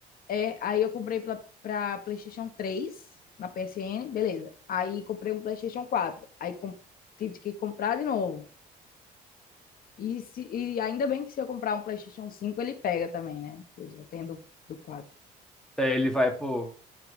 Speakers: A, on the left; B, in the centre.
A: é, aí eu comprei pra, pra PlayStation três na PSN, beleza. Aí comprei um PlayStation quatro Aí com- tive que comprar de novo. E, se, e ainda bem que se eu comprar um PlayStation cinco ele pega também, né? Que já tem do, do quatro
B: É, ele vai, pô.